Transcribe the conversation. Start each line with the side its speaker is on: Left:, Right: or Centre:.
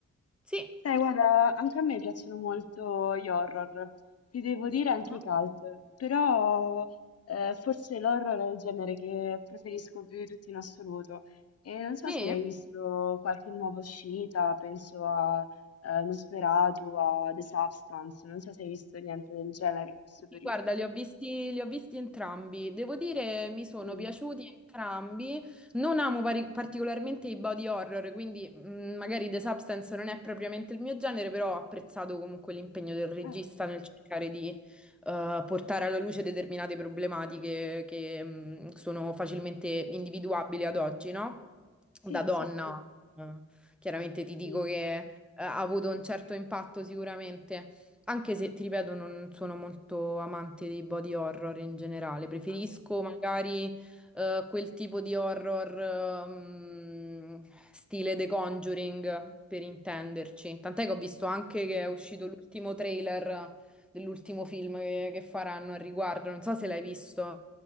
Centre: Sì.
Left: Sai, guarda, anche a me piacciono molto gli horror, ti devo dire anche
Centre: Mhm.
Left: i cult, però eh, forse l'horror è il genere che preferisco più di tutti in assoluto. E non so
Centre: Sì?
Left: se hai visto qualche nuova uscita, penso a eh, Nosferatu, a The Substance, non so se hai visto niente del genere in questo periodo.
Centre: Sì, Guarda, li ho visti, li ho visti entrambi. Devo dire, mi sono
Left: Mm.
Centre: piaciuti entrambi. Non amo pari- particolarmente i body horror, quindi mh, magari The Substance non è propriamente il mio genere, però ho apprezzato comunque l'impegno del regista
Left: Ah,
Centre: nel cercare di eh, portare alla luce determinate problematiche che mh, sono facilmente individuabili ad oggi, no?
Left: sì,
Centre: Da donna,
Left: sì, sì,
Centre: eh, chiaramente ti dico
Left: sì.
Centre: che eh, ha avuto un certo impatto sicuramente. Anche se, ti ripeto, non sono molto amante dei body horror in generale, preferisco
Left: Ah,
Centre: magari eh, quel tipo di horror ehm, stile The Conjuring, per intenderci. Tant'è che ho visto anche che
Left: sì.
Centre: è uscito l'ultimo trailer dell'ultimo film che, che faranno al riguardo, non so se l'hai visto.